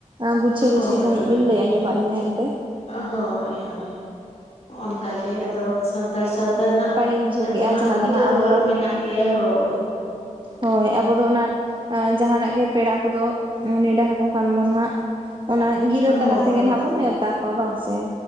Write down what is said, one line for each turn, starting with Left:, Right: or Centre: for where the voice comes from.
Right: ᱟ ᱜᱩᱪᱷᱟᱹ
Left: ᱦᱳᱭ
Right: ᱜᱩᱪᱷᱤ ᱥᱟᱦᱤᱡ
Left: ᱦᱳᱭ
Right: ᱵᱮᱱ ᱞᱟᱹᱭ ᱟᱡᱸᱡᱚᱢᱫ ᱞᱤᱧᱟᱹ ᱮᱱᱛᱮ᱾
Left: ᱦᱳᱭ ᱦᱚᱭ ᱚᱱᱠᱟ ᱜᱮ ᱟᱫᱚ ᱥᱟᱫ ᱥᱟᱱᱛᱟᱲ ᱥᱟᱶᱛᱟ ᱨᱮᱱᱟᱜ
Right: ᱱᱟᱯᱟᱭ ᱞᱤᱧ ᱵᱩᱡᱷᱟᱹᱣ ᱠᱮᱜᱼᱟ
Left: ᱫᱚ ᱦᱟᱸᱜ
Right: ᱡᱟᱦᱟᱸ
Left: ᱜᱤᱨᱟᱹ
Right: ᱱᱟᱦᱟᱜ
Left: ᱫᱚ
Right: ᱟᱵᱚ
Left: ᱦᱟᱸᱜ ᱢᱮᱱᱟᱜ ᱜᱮᱭᱟ ᱦᱳᱭ᱾
Right: ᱦᱳᱭ ᱟᱵᱚ ᱫᱚ ᱚᱱᱟ ᱡᱟᱦᱟᱸ ᱱᱟᱜ ᱜᱮ ᱯᱮᱲᱟ ᱠᱚᱫᱚ ᱱᱮᱰᱟ ᱟᱠᱚ ᱠᱷᱟᱱ ᱵᱚᱱ ᱦᱟᱸᱜ ᱚᱱᱟ ᱜᱤᱨᱟᱹ ᱛᱟᱞᱟ
Left: ᱦᱳᱭ
Right: ᱛᱮᱜᱮ ᱱᱟᱦᱟᱸᱜ
Left: ᱦᱳᱭ
Right: ᱵᱚᱱ ᱱᱮᱣᱛᱟ ᱠᱚᱣᱟ ᱵᱟᱝ ᱥᱮ?